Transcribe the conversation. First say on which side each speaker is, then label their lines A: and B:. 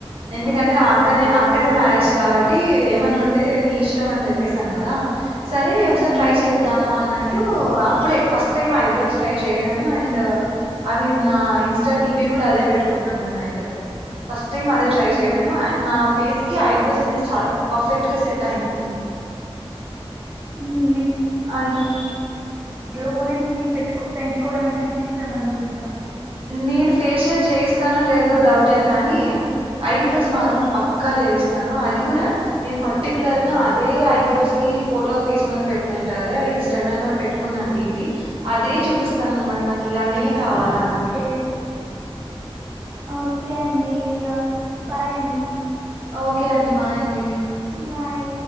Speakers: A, on the right (about 70°); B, on the right (about 20°).
A: ఎందుకంటే
B: ఓకే.
A: ఆ ఆక్కనే అక్క దే మ్యారేజ్ కాబట్టి ఏమన్నా ఉంటే నీ ఇష్టం అని చెప్పేసి అన్నదా సరే
B: హ్మ్.
A: ఒకసారి ట్రై చేద్దాము అన్నట్టు అప్పుడే ఫస్ట్ టైం ఐబ్రోస్ ట్రై చేయడము అండ్ అవి నా ఇన్స్టా డిపి కూడా అదే పెట్టుకున్నా నేనయితే ఫస్ట్ టైం
B: హుహు.
A: అదే ట్రై చేయడం అండ్ నా ఫేస్ కి ఐబ్రోస్ అనేది చాలా పర్ఫెక్ట్ గా సెట్ అయింది.
B: హ్మ్.
A: అందుక్
B: గ్లోనెస్ ని పెంచుకో పెంచుకోవడం అంటే మీకు ఇష్టం అనుకుంటా.
A: నేను ఫేషియల్ చేయిస్తానో లేదో డౌటే కానీ ఐబ్రోస్ మాత్రం పక్కా చేయిస్తాను. అది కూడా నేను పర్టికులర్గా అదే ఐబ్రోస్ కి ఫోటో తీసుకొని పెట్టుకునింట కదా ఇన్స్టాగ్రామ్ లో పెట్టుకున్నాను డిపీ అదే చూపిస్తాను అన్నమాట నాకు ఇలానే కావాలా
B: ఓకే.
A: అన్నా ట్
B: ఓకే అండి ఆ బాయ్ అండి. హ్మ్
A: ఓకే అండి బాయండి
B: బాయ్